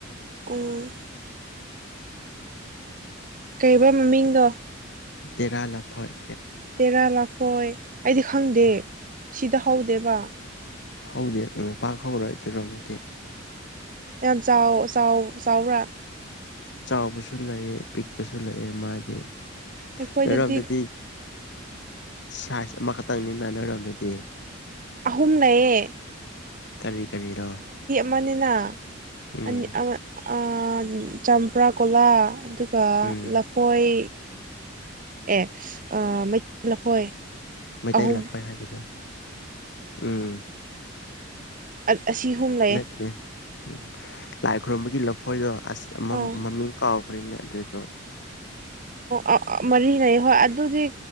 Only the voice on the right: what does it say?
ꯎꯝ ꯀꯩꯔꯤꯕ ꯃꯃꯤꯡꯗꯣ
ꯇꯔ ꯂꯄꯣꯏ ꯑꯩꯗꯤ ꯈꯪꯗꯦ
ꯁꯤꯗ ꯍꯧꯗꯦꯕ
ꯌꯥꯝ ꯆꯥꯎ ꯆꯥꯎ ꯆꯥꯎꯕ꯭ꯔꯥ
ꯑꯩꯈꯣꯏꯗꯗꯤ
ꯑꯍꯨꯝ ꯂꯩꯌꯦ
ꯃꯅꯤꯅ
ꯑꯅꯤ ꯑ ꯆꯝꯄ꯭ꯔꯥ ꯀꯣꯂꯥ ꯀ
ꯂꯐꯣꯏ ꯑꯦ ꯑ ꯃꯩꯇꯩ ꯂꯐꯣꯏ
ꯑꯍꯨꯝ
ꯑ ꯑꯁꯤ ꯑꯍꯨꯝ ꯂꯩ
ꯑꯥ
ꯑꯣ ꯃꯔꯤ ꯂꯩꯩ ꯍꯣꯏ ꯑꯗꯨꯗꯤ